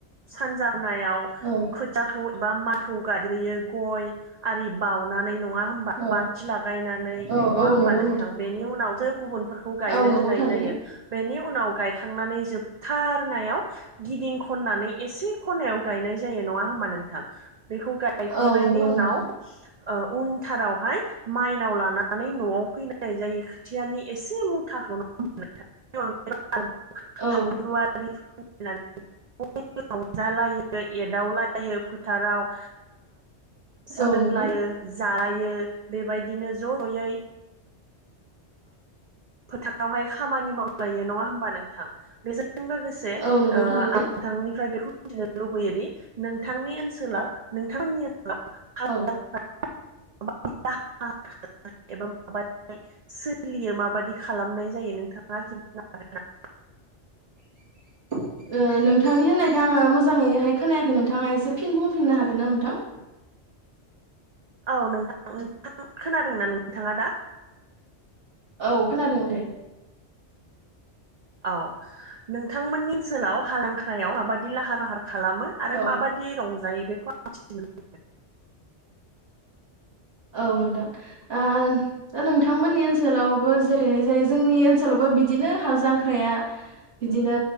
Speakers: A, on the right; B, on the right.
A: सानजाबनायाव
B: औ
A: खोथाखौ एबा मइ गाय्रोयो गय आरि बावउनानै। नङा हबा
B: औ
A: बाथि लागायनानै
B: औ
A: नङा
B: औ
A: हबा
B: नंगौ
A: नोंथां बेनि उनावसो गुबुनफोरखौ गायनो
B: औ नंगौ
A: होनाय
B: थारैनो
A: जायो। जायो बेनि उ। उनाव गायखांनानै जोबथारनायाव गिदिं खननानै एसे खनायाव गायनाय जायो। ना हा नोंथां बेखौ गायखनायनि
B: औ नंगौ
A: उनाव
B: नोंथां
A: उनथारावहाय। माइनाव लानानै न'आव। फैनायनाय जायो खोथियानि एसे मुथाखौ न मोन।
B: औ
A: फेब्रुवारि। नानै रंजालायो एदावलायो फोथाराव। सोंलायो
B: औ नंगौ
A: जानाय। बियो बेबायदिनो ज' ज'यै। फोथारावहाय खामानि मावलायो नङा होमबा नोंथां बे ज। लोगोसे
B: औ नंगौ
A: आंथांनिफ्राय
B: थारैनो
A: बेखौ। मिथिनो लुबैयोदि नोंथांनि ओनसोलाव नोंथांमोननि ओसोलाव।
B: औ
A: <unintelligible> एबा माब सोलियो माबायदि खालामनाय जायो नोंथाङा खिन्थानो हागोन नामा
B: <inaudible> नोंथांनि होननायख आङो मोजाङैहाय खोनायाखै नोंथाङा एसे फिन बुंफिननो हागोन ना नोंथां। <inaudible>
A: औ नोंथां नोंथां खोनादोंनाा नोंथाङा दा।
B: औ खोनादों दे।
A: औ नोंथांमोननि ओनसोलाव हालांख्रायाव माबाददि लाहार फाहार। खालामो आरो
B: औ
A: माबायदि रंजायो बेखौ आं मिथिनो लुबै।
B: औ नोंथां दा नोंथांमोननि ओनसोलावबो जेरैहाय जायो जोंनि ओनसोलावबो। बिदिनो हाल जांख्राया बिदिनो